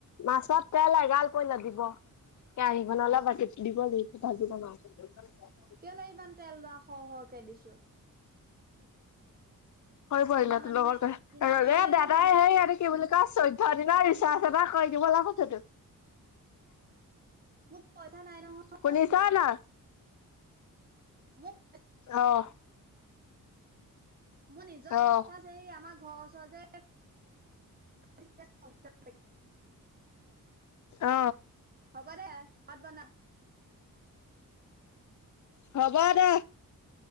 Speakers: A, on the left (about 60°); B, on the right (about 25°).
A: মাছত তেল এগালকৈ লাগিব দিব। কেয়াসিখন
B: অ
A: অলপ বতি দিব ভাজি <unintelligible>
B: কেলেই ইমান তেল লোৱা হ হ কে দিছো।
A: হৈ পৰিলা
B: কিনা মানুহে
A: তোৰ লগৰ ক
B: কিনা
A: ৰ
B: মানুহেহে
A: দাদাই
B: জানে
A: হে ইহতে কি বুলি। ত চৈধ্য দিনা ৰিচাৰ্জ এটা কৰি দিব কিব লাভ আছে তো।
B: মোক পইচা নাই নহয়।
A: শুনিছ নাই?
B: মোক <inaudible>
A: অ',
B: মোৰ নিজৰ
A: অ',
B: ৰিছাজ। <inaudible> আমাৰ ঘৰৰ ওচৰ যে <inaudible>
A: অ।
B: হ'ব দে ভাত বনাং।
A: হ'ব দে